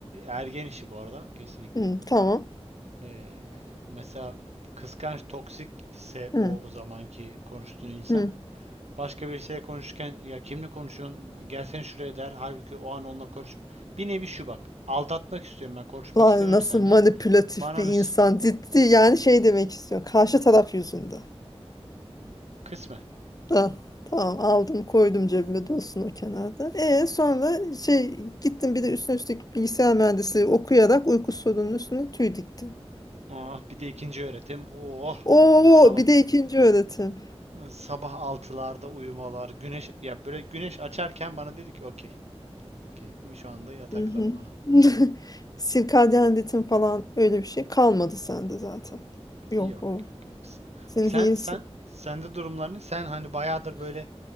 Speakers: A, on the right; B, on the left.
A: ergen işi bu arada kesinlikle.
B: hı, tamam.
A: Ee, mesela kıskanç toksikse
B: Hı,
A: o, o zamanki konuştuğun insan
B: hı.
A: başka birisiyle konuşurken ya kimle konuşuyorsun Bu- gelsene şuraya der halbuki o an onunla konuşma. Bir nevi şu bak aldatmak istiyorum ben konuşmak
B: Lan
A: istemiyorum
B: nasıl
A: seninle.
B: manipülatif
A: Bana
B: bir insan
A: mı
B: ciddi yani şey demek istiyor karşı taraf yüzünden.
A: kısmen.
B: Da, tamam aldım koydum cebime dursun o kenarda. E sonra şey gittim bir de üstüne üstlük bilgisayar mühendisliği okuyarak uyku sorununun üstüne tüy diktim.
A: Ah bir de ikinci öğretim. Oh
B: Oo
A: bir sabah.
B: bir de ikinci öğretim.
A: Sabah 6'larda uyumalar, güneş ya böyle güneş açarken bana dedi ki okey. Okey. bu Şu anda yatak
B: Hı hı.
A: zamanı.
B: <laughs> Sirkadyen ritim falan öyle bir şey kalmadı sende zaten. Yok
A: Yok
B: o.
A: yok yok. S-
B: Senin
A: Sen
B: yenisi.
A: sen sende durumlarını sen hani bayağıdır böyle